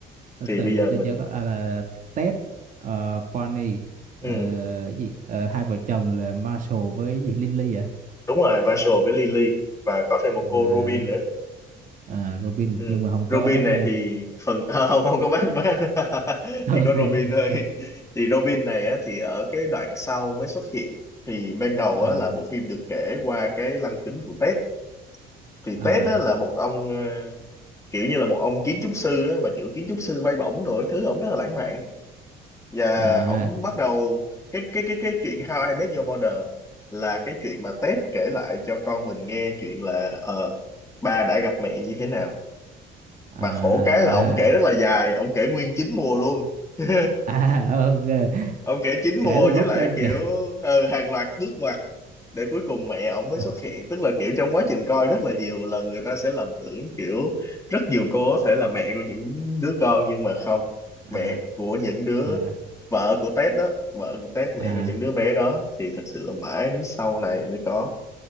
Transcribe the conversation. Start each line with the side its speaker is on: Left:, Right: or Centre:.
Right: từ
Left: thì
Right: từ
Left: bây
Right: để
Left: giờ
Right: tôi
Left: mình
Right: nhớ coi. à, là Ted uh, Bonnie ờ,
Left: ừ,
Right: cái gì Ờ, hai vợ chồng là Marshall với cái gì Lily à
Left: đúng rồi Marshall với Lily và có thêm một
Right: và
Left: cô Robin nữa
Right: à, Robin
Left: ừ.
Right: nhưng mà không có
Left: Robin
Right: Batman
Left: này thì phần <laughs> à, không không có Batman
Right: <laughs>
Left: <laughs> chỉ
Right: ok
Left: có Robin thôi
Right: ok
Left: thì Robin này á, thì ở cái đoạn sau mới xuất hiện thì ban đầu
Right: à
Left: á, là bộ phim được kể qua cái lăng kính của Ted thì
Right: à
Left: Ted á, là một ông ờ, kiểu như là một ông kiến trúc sư á, mà kiểu kiến trúc sư bay bổng đồ cái thứ ổng rất là lãng mạn và
Right: à
Left: ổng bắt đầu cái cái cái cái chuyện How I Met Your Mother là cái chuyện mà Ted kể lại cho con mình nghe chuyện là ờ ba đã gặp mẹ như thế nào
Right: à
Left: mà khổ cái
Right: ra
Left: là ổng kể rất là dài ổng kể nguyên chín mùa luôn <laughs>
Right: à ok
Left: ông kể chín
Right: kể
Left: mùa
Right: từ lúc
Left: với lại
Right: ờ,
Left: kiểu
Right: kể
Left: ờ, hàng loạt bước ngoặt để cuối cùng mẹ ông mới
Right: à
Left: xuất hiện tức là kiểu trong quá trình coi rất là nhiều lần người ta sẽ lầm tưởng kiểu rất nhiều cô có thể là mẹ của những đứa con nhưng mà không
Right: à
Left: mẹ của những đứa
Right: à
Left: vợ của Tết đó vợ của Tết mẹ
Right: à
Left: của những đứa bé đó thì thật sự là mãi đến sau này mới có